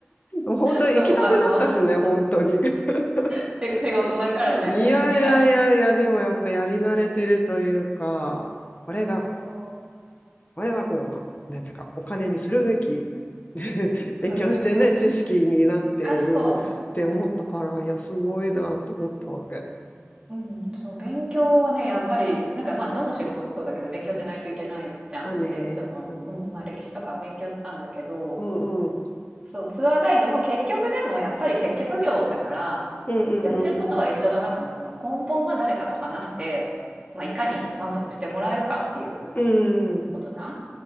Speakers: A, on the left; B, on the right.
A: もう本当に行きたくなったしね、
B: そう、あの、
A: 本当に。<laughs>
B: し仕事だからね、
A: いやいやいやいや、
B: なんか、
A: でもやっぱやり慣れてるというか、これが
B: そ
A: あれはこう、おかなんていうか、お金にするべき。<laughs> 勉強してね、
B: う、うんうんうんうん。
A: 知識になってるって思ったから、
B: あ、そう。
A: いや、すごいなって思ったわけ。
B: うん、そう、勉強はね、やっぱり、なんかまあ、どの仕事もそうだけど、勉強しないといけないじゃん。
A: まあね、
B: で、その、
A: そうね。
B: うん、まあ、歴史とかは勉強したんだけど、
A: うんうん。
B: そう、ツアーガイドも結局でもやっぱり接客業だから、
A: うんうんうん
B: やってることは一緒だなって思ったの。根本は誰かと話して、まあ、いかに満足してもらえるかっていう
A: うん。うん。
B: ことじゃん。